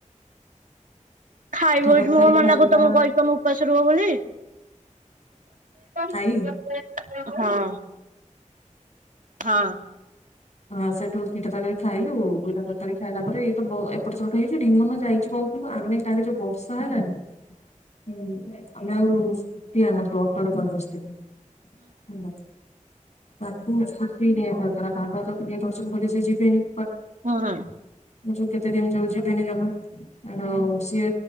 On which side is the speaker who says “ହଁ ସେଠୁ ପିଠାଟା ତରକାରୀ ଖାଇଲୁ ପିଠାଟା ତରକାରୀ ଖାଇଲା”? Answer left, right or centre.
Left